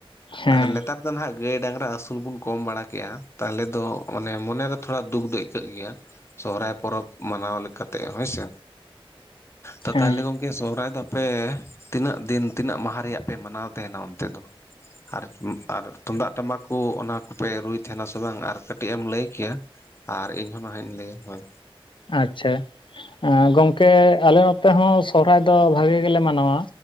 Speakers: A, on the left; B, on the left.
A: ᱦᱮᱸ
B: ᱟᱫᱚ ᱱᱮᱛᱟᱨ ᱫᱚ ᱱᱦᱟᱜ ᱜᱟᱹᱭ ᱰᱟᱝᱨᱟ ᱟᱹᱥᱩᱞ ᱵᱚᱱ ᱠᱚᱢ ᱵᱟᱲᱟ ᱠᱮᱜ-ᱟ, ᱛᱟᱦᱞᱮ ᱫᱚ ᱚᱱᱮ ᱢᱚᱱᱮᱨᱮ ᱛᱷᱚᱲᱟ ᱫᱩᱠ ᱫᱚ ᱟᱹᱭᱠᱟᱹᱜ ᱜᱮᱭᱟ᱾ ᱥᱚᱦᱨᱟᱭ ᱯᱚᱨᱚᱵᱽ ᱢᱟᱱᱟᱣ ᱞᱮᱠᱟᱛᱮ ᱦᱳᱭ ᱥᱮ᱾ ᱛᱚ
A: ᱦᱮᱸ
B: ᱛᱟᱦᱞᱮ ᱜᱚᱝᱠᱮ ᱥᱚᱦᱨᱟᱭ ᱫᱚ ᱟᱯᱮ ᱛᱤᱱᱟᱹᱜ ᱫᱤᱱ ᱛᱤᱱᱟᱹᱜ ᱢᱟᱦᱟ ᱨᱮᱭᱟᱜ ᱯᱮ ᱢᱟᱱᱟᱣ ᱛᱟᱦᱮᱱᱟ ᱚᱱᱛᱮ ᱫᱚ? ᱟᱨ ᱟᱨ ᱛᱩᱝᱫᱟᱜ ᱴᱟᱢᱟᱠ ᱠᱩ ᱚᱱᱟ ᱠᱚᱯᱮ ᱨᱩᱭ ᱛᱦᱮᱱᱟ ᱥᱮ ᱵᱟᱝ ᱟᱨ ᱠᱟᱹᱴᱤᱡ ᱮᱢ ᱞᱟᱹᱭ ᱠᱮᱭᱟ? ᱟᱨ ᱤᱧ ᱦᱚᱸ ᱱᱟᱦᱟᱜ ᱤᱧ ᱞᱟᱹᱭᱟ ᱦᱳᱭ
A: ᱟᱪᱷᱟ ᱟ ᱜᱚᱝᱠᱮ ᱟᱞᱮ ᱱᱚᱛᱮ ᱦᱚᱸ ᱥᱚᱦᱨᱟᱭ ᱫᱚ ᱵᱷᱟᱜᱮ ᱜᱮᱞᱮ ᱢᱟᱱᱟᱣᱟ᱾